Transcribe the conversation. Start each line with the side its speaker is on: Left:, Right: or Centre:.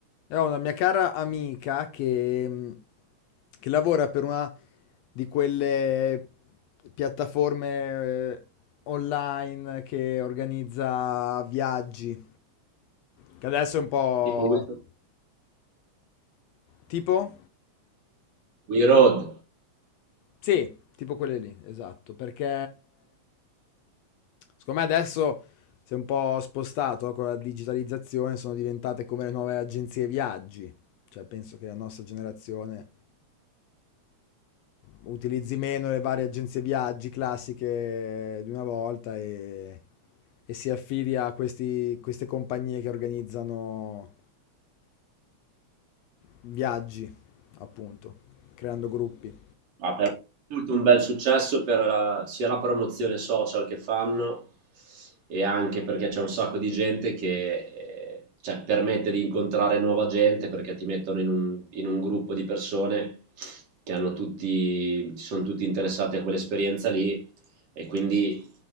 Left: È una mia cara amica che, mh, che lavora per una di quelle piattaforme eh, online che organizza viaggi, che adesso è un Tipo, po'
Right: tipo We,
Left: tipo?
Right: We Road,
Left: Sì, tipo quelle lì, esatto, perché secondo me adesso si è un po' spostato no, con la digitalizzazione, sono diventate come le nuove agenzie viaggi, cioè penso che la nostra generazione utilizzi meno le varie agenzie viaggi classiche di una volta e, e si affidi a questi- queste compagnie che organizzano viaggi, appunto, creando gruppi.
Right: ha però avuto un bel successo per la- sia la promozione social che fanno e anche perché c'è un sacco di gente che eh, cioè, permette di incontrare nuova gente perché ti mettono in un, in un gruppo di persone che hanno tutti, sono tutti interessati a quell'esperienza lì e quindi